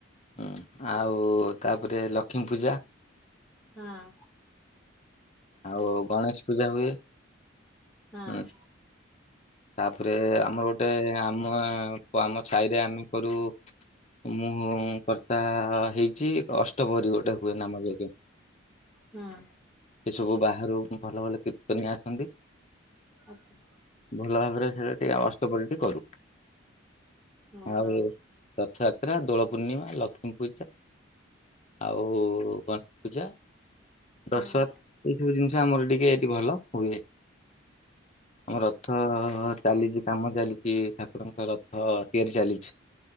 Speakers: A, on the left; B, in the centre.
A: ଉଁ ଆଉ ତାପରେ ଲକ୍ଷ୍ମୀ ପୂଜା।
B: ହଁ।
A: ଆଉ ଗଣେଶ ପୂଜା ହୁଏ।
B: ହଁ
A: ଉଁ ତାପରେ ଆମର ଗୋଟେ ଆମ ଓ ଆମ ସାହିରେ ଆମେ କରୁ ମୁଁ କର୍ତ୍ତା ହେଇଚି ଅଷ୍ଟପ୍ରହରୀ ଗୋଟେ ହୁଏ ନାମ ଯଜ୍ଞ।
B: ହଁ।
A: ଏ ସବୁ ବାହାରୁ ଭଲ ଭଲ କୀର୍ତ୍ତନୀଆ ଆସନ୍ତି।
B: ଆଚ୍ଛା।
A: ଭଲ ଭାବରେ ହେଟା ଟିକେ ଅଷ୍ଟପ୍ରହରୀ ଟି କରୁ।
B: ହଁ
A: ଆଉ
B: ହଁ
A: ରଥଯାତ୍ରା ଦୋଳ ପୂ ପୂର୍ଣ୍ଣିମା ଲକ୍ଷ୍ମୀ ପୂଜା ଆଉ ଗଣେଶ ପୂଜା ଦଶହରା
B: ହଁ
A: ଏଇ ସବୁ ଜିନିଷ ଆମର ଟିକେ ଭଲ ହୁଏ ଆମ ହଁ ହଁ ହଁ ଚାଲିଚି କାମ ଚାଲିଚି ଠାକୁରଙ୍କ ରଥ ତିଆରି ଚାଲିଛି।